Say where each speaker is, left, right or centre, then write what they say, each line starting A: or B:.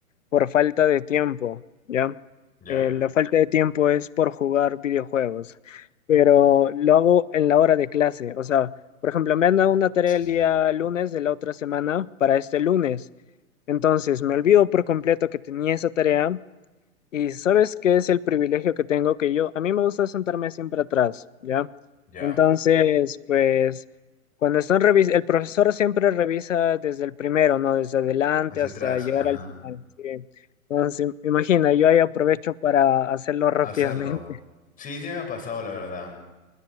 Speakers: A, on the left; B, on the left.
A: por falta de tiempo, ¿ya?
B: ¿Ya?
A: Eh, la falta de tiempo es por jugar videojuegos, pero lo hago en la hora de clase. O sea, por ejemplo, me han dado una tarea
B: Sí.
A: el día lunes de la otra semana para este lunes. Entonces, me olvido por completo que tenía esa tarea y sabes qué es el privilegio que tengo, que yo, a mí me gusta sentarme siempre atrás, ¿ya?
B: Ya.
A: Entonces, pues, cuando están revis el profesor siempre revisa desde el primero, ¿no? Desde adelante
B: Hacia
A: hasta
B: atrás,
A: llegar
B: ajá.
A: al final, sí. Entonces, imagina, yo ahí aprovecho para hacerlo rápidamente.
B: Hacerlo.
A: <laughs>
B: Sí, sí me ha pasado, la verdad.